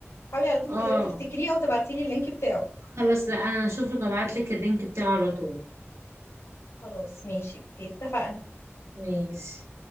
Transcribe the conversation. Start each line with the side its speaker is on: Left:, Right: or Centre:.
Left: حاولي على قد ما
Right: اه
Left: تقدري تفتكريه او تبعتيلي اللينك بتاعه
Right: خلاص لا انا هشوف لك ابعت لك اللينك بتاعه على طول
Left: خلاص ماشي اوكي اتفقنا
Right: ماشي